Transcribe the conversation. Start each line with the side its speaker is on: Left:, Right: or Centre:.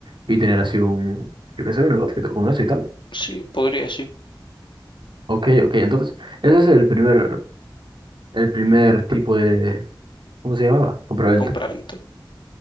Right: y tener así un, yo qué sé, un negocio con eso y tal.
Left: sí, podría, sí.
Right: Ok, ok, entonces ese es el primer, el primer tipo de, ¿cómo se llamaba? Compraventa.
Left: Compraventa.